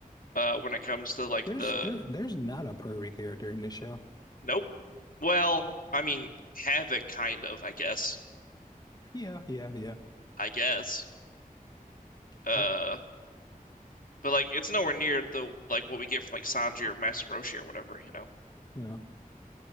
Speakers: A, on the left; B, on the left.
A: uh, when it comes to like
B: There's
A: the
B: there there's not a pervy character in this show.
A: nope. Well, I mean, have it kind of, I guess.
B: Yeah. Yeah. Yeah.
A: I guess.
B: Ki-
A: Uh,
B: ki-
A: But like it's nowhere near the like what we get from like Sanji or Master Roshi or whatever, you know.
B: Well.